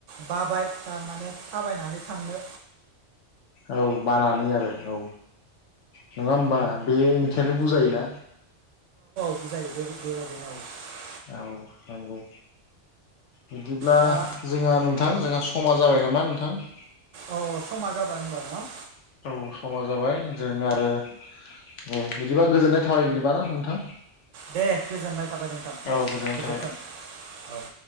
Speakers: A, on the right; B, on the left.
A: बाबाय थारमाने थाबायनानै थांनो।
B: औ बानानै आरो। औ नङा होमबा बे ओंखयानो बुजायोना।
A: <unintelligible>
B: आ नंगौ। बिदिब्ला
A: दा
B: जोंहा नोंथां जोंहा समा जाबाय नामा नोंथां।
A: औ समा जाबाय होनबा ना।
B: औ समा जाबाय जों आरो ए बिदिबा गोजोननाय थाबाय बिदिबा ना नोंथां।
A: दे गोजोननाय थाबाय नोंथां
B: औ
A: दे
B: गोजोननाय
A: गोजोनथों
B: थाबाय
A: औ।